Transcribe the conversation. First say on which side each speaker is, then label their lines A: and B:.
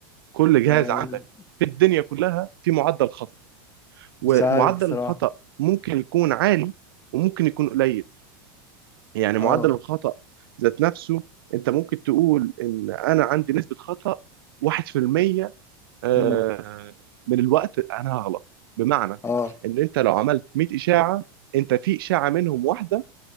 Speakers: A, on the right; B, on the left.
A: كل جهاز
B: آه،
A: عندك في الدنيا كلها في معدل خطأ ومعدل
B: مش عارف بصراحة
A: الخطأ ممكن يكون عالي وممكن يكون قليل يعني معدل
B: اه
A: الخطأ ذات نفسه انت ممكن تقول ان انا عندي نسبة خطأ 1% آه،
B: امم
A: من الوقت انا هغلط بمعنى
B: اه
A: ان انت لو عملت 100 إشاعة انت في إشاعة منهم واحدة